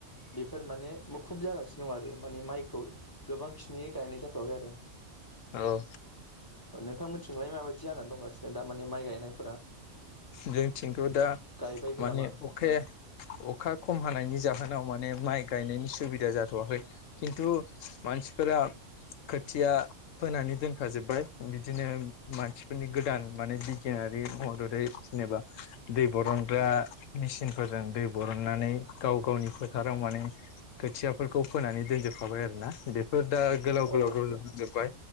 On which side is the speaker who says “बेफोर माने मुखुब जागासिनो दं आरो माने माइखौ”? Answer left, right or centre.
Left